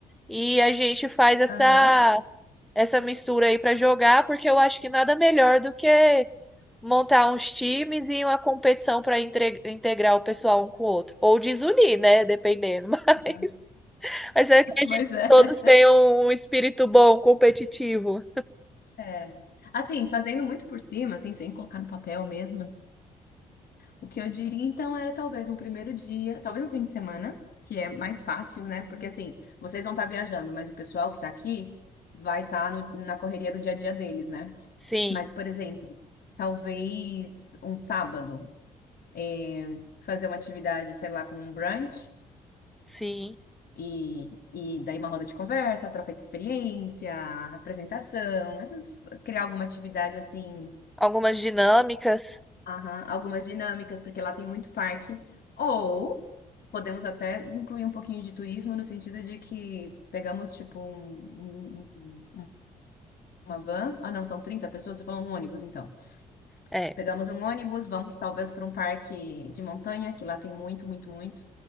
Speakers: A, in the centre; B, on the left.
A: E a gente faz essa
B: aham.
A: essa mistura aí para jogar, porque eu acho que nada melhor do que montar uns times e uma competição para integrar o pessoal um com o outro. Ou desunir, né? Dependendo. <laughs> Mas,
B: Aham. <laughs>
A: mas eu acredito
B: Pois
A: que
B: é.
A: todos tenham um espírito bom, competitivo.
B: É. Assim, fazendo muito por cima, assim, sem colocar no papel mesmo, O que eu diria então era talvez um primeiro dia, talvez um fim de semana, que é mais fácil, né? Porque assim, vocês vão estar viajando, mas o pessoal que está aqui vai estar na correria do dia a dia deles, né?
A: Sim,
B: Mas, por exemplo, talvez um sábado, é, fazer uma atividade, sei lá, como um brunch,
A: sim.
B: e, e daí uma roda de conversa, troca de experiência, apresentação, essas, criar alguma atividade assim.
A: Algumas dinâmicas.
B: Aham, algumas dinâmicas, porque lá tem muito parque. Ou podemos até incluir um pouquinho de turismo no sentido de que pegamos tipo um, um- um- uma van. Ah, não, são 30 pessoas, você falou um ônibus, então.
A: É.
B: Pegamos um ônibus, vamos talvez para um parque de montanha, que lá tem muito, muito, muito.